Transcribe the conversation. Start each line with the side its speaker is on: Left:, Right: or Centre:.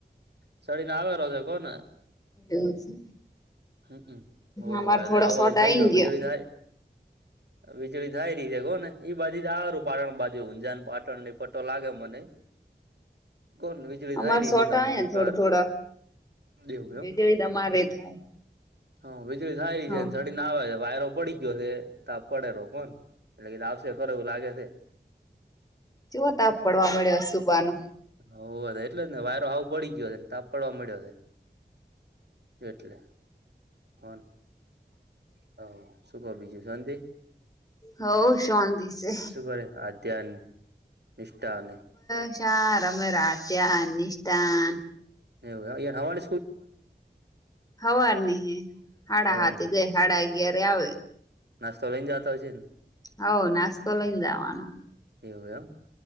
Right: છડીને આવરો છે કોને
Left: એવું છે.
Right: હ હોય
Left: અમારે થોડા
Right: આવું
Left: શોટ
Right: આવું
Left: આઈ
Right: થઈ રહ્યો
Left: ગયા
Right: વીજળી થાય. વીજળી થાય રહી છે કો ને ઈ બાજુ તો આવરું પાટણ બાજુ ઊંઝા ને પાટણ લઈ પટો લાગે મને. કોણ વીજળી
Left: અમારે
Right: થાય રહી
Left: સોટા
Right: છે ધમધુકાર
Left: ને થોડ થોડા
Right: એવું
Left: વીજળી
Right: એમ
Left: અમારે થાય.
Right: હ વીજળી થાય રહી
Left: હ
Right: છે ને સડીને આવે છે વાયરો પડી ગયો છે ત પડે રો કોન એટલે કીધ આવશે ખરો એવું લાગે છે.
Left: જોવ તાપ પડવા મળ્યો હ સુુબાનો
Right: હવ એટલે જ ને વાયરો હ પડી ગયો છે ને તાપ પડવા મળ્યો છે. એટલે હ હ શું કબી શાંતિ
Left: હવ શાંતિ સે
Right: શું કરે આજ. ત્યાન મિષાન
Left: બસાર અમે રાત્યા નિષઠાન
Right: એવું એ હવાળ
Left: હવાર નહ હે હાડા
Right: હવાની
Left: હાથે જાય હાડા અગય્યારે આવે.
Right: નાસ્તો લઈને જાતો હશે.
Left: હવ નાસ્તો લઈને જવાનો.
Right: એવું એમ